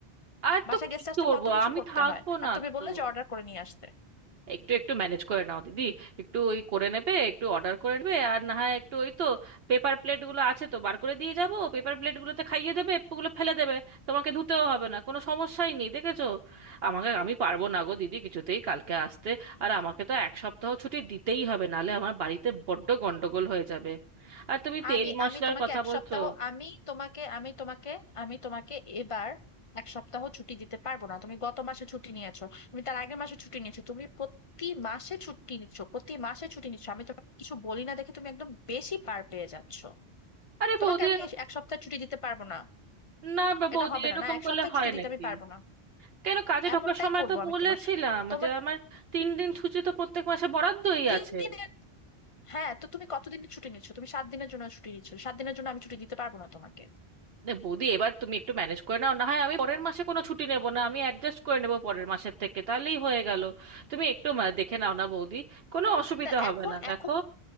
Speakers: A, on the right; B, on the left.
A: আর
B: বাসায়
A: তো কি
B: গেস্ট আসলে
A: করবো
B: কত কিছু
A: আমি
B: করতে
A: থাকবো
B: হয় আর
A: না
B: তুমি
A: তো
B: বললে যে অর্ডার করে নিয়ে আসতে
A: একটু একটু ম্যানেজ করে নাও দিদি একটু ওই করে নেবে একটু অর্ডার করে নেবে আর না হয় একটু ওই তো পেপার প্লেটগুলো আছে তো বার করে দিয়ে যাব পেপার প্লেটগুলোতে খাইয়ে দেবে ওগুলো ফেলে দেবে তোমাকে ধুতেও হবে না কোনো সমস্যাই নেই দেখেছো আমাকে আমি পারবো না গো দিদি কিছুতেই কালকে আসতে আর আমাকে তো এক সপ্তাহ ছুটি দিতেই হবে নাহলে আমার বাড়িতে বড্ড গন্ডগোল হয়ে যাবে আর তুমি তেল
B: আমি
A: মশলার
B: আমি তোমাকে
A: কথা
B: এক
A: বলছো
B: সপ্তাহ আমি তোমাকে আমি তোমাকে আমি তোমাকে এবার এক সপ্তাহ ছুটি দিতে পারবো না তুমি গত মাসে ছুটি নিয়েছো তুমি তার আগের মাসে ছুটি নিয়েছো তুমি প্রতি মাসে ছুটি নিচ্ছ প্রতি মাসে ছুটি নিচ্ছ আমি তোমাকে কিছু বলি না দেখে তুমি একদম বেশি পার পেয়ে যাচ্ছ
A: আরে
B: তোমাকে
A: বৌদি
B: আমি এক সপ্তাহ ছুটি দিতে পারবো না
A: না বা বৌদি
B: এটা হবে
A: এরকম
B: না না এক
A: করলে
B: সপ্তাহ
A: হয়
B: ছুটি দিতে
A: নাকি
B: আমি পারবো না
A: কেন কাজে ঢোকার
B: এমনটাই
A: সময়
B: করব
A: তো
B: আমি
A: বলেছিলাম
B: তোমার তোমার
A: যে আমার তিন দিন ছুটি তো প্রত্যেক মাসে বরাদ্দই
B: তিন
A: আছে
B: দিনের হ্যাঁ তো তুমি কতদিনের ছুটি নিচ্ছ তুমি সাত দিনের জন্য ছুটি নিচ্ছ সাত দিনের জন্য আমি ছুটি দিতে পারবো না তোমাকে
A: এ বৌদি এবার তুমি একটু ম্যানেজ করে নাও না হয় আমি পরের মাসে কোনো ছুটি নেব না আমি অ্যাডজাস্ট করে নেব পরের মাসের থেকে তাহলেই হয়ে গেল তুমি একটু মা- দেখে নাও না বৌদি কোনো অসুবিধা
B: তা
A: হবে
B: এখন
A: না দেখো
B: এখন